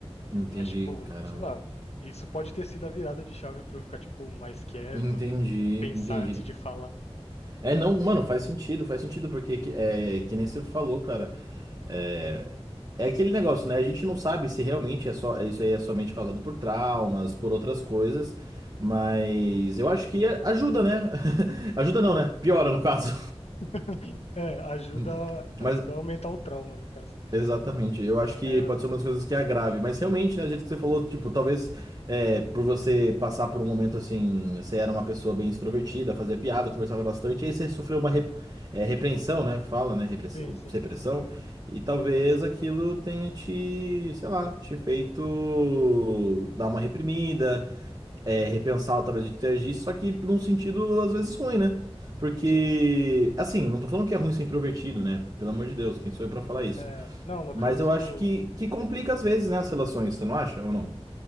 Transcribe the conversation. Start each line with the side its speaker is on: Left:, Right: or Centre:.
Right: entendi,
Left: Mas, tipo,
Right: caramba.
Left: sei lá, isso pode ter sido a virada de chave pra eu ficar, tipo, mais quieto,
Right: Entendi,
Left: pensar
Right: entendi.
Left: antes de falar.
Right: É, não, mano, faz sentido, faz sentido, porque que- é, que nem você falou, cara. É, é aquele negócio, né? A gente não sabe se realmente é só, é, isso aí é somente causado por traumas, por outras coisas, mas eu acho que ajuda, né? <laughs> Ajuda não, né? Piora, no caso.
Left: <laughs> É, ajuda,
Right: <laughs>
Left: ajuda
Right: Mas
Left: a aumentar o trauma, no caso.
Right: Exatamente, eu acho que
Left: É,
Right: pode ser uma das coisas que agrave, mas realmente, né, do jeito que você falou, tipo, talvez é, por você passar por um momento assim, você era uma pessoa bem extrovertida, fazia piada, conversava bastante, aí você sofreu uma rep- é, repreensão, né, que fala, né, repress-
Left: sim, sim,
Right: repressão, e talvez
Left: repreensão.
Right: aquilo tenha te, sei lá, te feito dar uma reprimida, é, repensar a tabela de interagir, só que num sentido às vezes ruim, né? Porque,
Left: Sim.
Right: assim, não tô falando que é ruim ser introvertido, né? Pelo amor de Deus, quem sou eu pra falar isso?
Left: É, não, no
Right: Mas
Left: caso,
Right: eu acho que, que complica às vezes, né, as relações, você não acha ou não?